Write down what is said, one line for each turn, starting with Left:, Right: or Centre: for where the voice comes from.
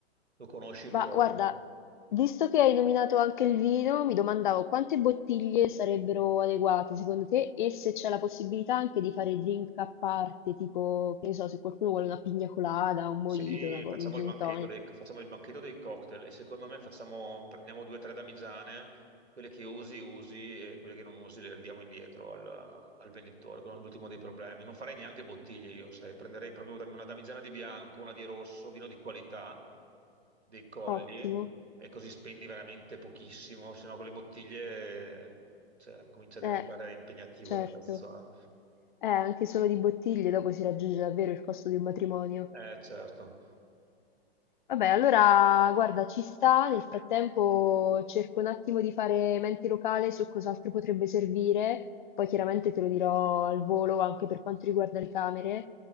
Right: Lo conosci il
Left: Ma
Right: posto,
Left: guarda, visto che hai nominato anche il vino, mi domandavo quante bottiglie sarebbero adeguate secondo te e se c'è la possibilità anche di fare drink a parte, tipo, che ne so, se qualcuno vuole una pigna colada, un
Right: Sì,
Left: mojito, una, un
Right: facciamo
Left: gin
Right: il banchetto
Left: tonic.
Right: dei, facciamo il banchetto dei cocktail e secondo me facciamo, prendiamo due o tre damigiane, quelle che usi usi e quelle che non usi le ridiamo indietro al, al venditore, quello è l'ultimo dei problemi. Non farei neanche bottiglie io, sai, prenderei proprio una damigiana di bianco, una di rosso, vino di qualità, dei colli
Left: Ottimo.
Right: e così spendi veramente pochissimo, se no con le bottiglie cioè, comincia a
Left: Eh,
Right: diventare impegnativo
Left: certo.
Right: il prezzo. Eh,
Left: Eh, anche solo di bottiglie dopo si raggiunge davvero il costo di un matrimonio.
Right: Eh, certo.
Left: Vabbè, allora guarda, ci sta. Nel frattempo cerco un attimo di fare mente locale su cos'altro potrebbe servire. Poi chiaramente te lo dirò al volo anche per quanto riguarda le camere.